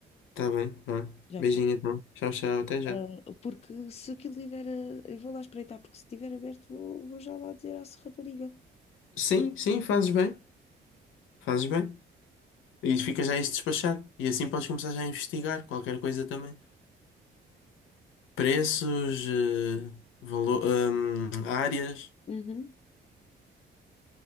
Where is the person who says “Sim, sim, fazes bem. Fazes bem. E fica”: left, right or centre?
Left